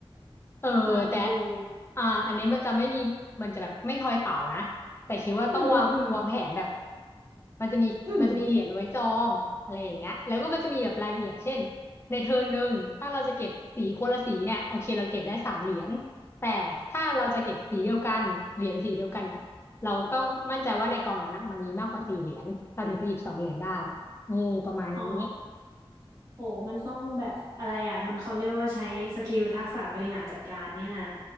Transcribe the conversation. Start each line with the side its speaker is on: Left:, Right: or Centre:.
Left: เออแต่
Right: ฟังดู
Left: อ่าอันนี้มันจะไม่มีมันจะแบบไม่ทอยเต่านะแต่คิดว่าต้องวางวางแผนแบบ
Right: อืมอืมอืม
Left: มันจะมีมันจะมีเหรียญไว้จองอะไรอย่างเงี้ยแล้วก็มันจะมีแบบรายละเอียดเช่น
Right: อืม
Left: ในเทิร์นหนึ่งถ้าเราจะเก็บสีคนละสีเนี่ยโอเคเราเก็บได้สามเหรียญแต่ถ้าเราจะเก็บสีเดียวกันเหรียญสีเดียวกันเนี่ยเราต้องมั่นใจว่าในกองนั้นนะมันมีมากกว่าสี่เหรียญเราถึงจะหยิบสองเหรียญได้เออประมาณนี้
Right: อ๋อ โห มันต้องแบบอะไรอ่ะ มันเขาเรียกว่าใช้สกิลทักษะบริหารจัดการเนี่ยนะ